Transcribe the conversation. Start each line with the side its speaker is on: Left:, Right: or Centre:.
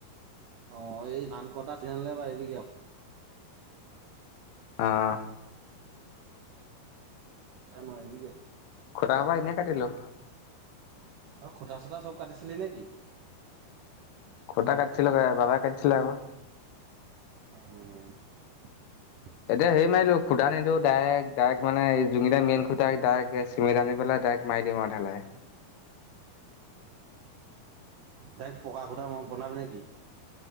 Right: অ, এই ধান কটা চিজেন লৈকে পৰিবিগে আও।
Left: অহ
Right: এতিয়া নুৱায়িবিগে।
Left: খুটা হোপা এনেই কাটিলোঁ।
Right: অঁ, খুটা - চোতা চব কাটিছিলি নেকি?
Left: খুটা কাটিছিলোঁ হ'য়। বাবাই কাটিছিলে আক'।
Right: অ
Left: এতিয়া হেৰি মাৰিলোঁ, খুটা নিদো। ডাইৰেক্ট, ডাইৰেক্ট মানে, যোনকেইটা মেইনখুটা ডাইৰেক্ট কেছ চিমেণ্ট আানি পেলাই ডাইৰেক্ট মাৰি দিম আৰু ঢালাই।
Right: ডাইৰেক্ট পকা খুটা ম বনাবি নেকি?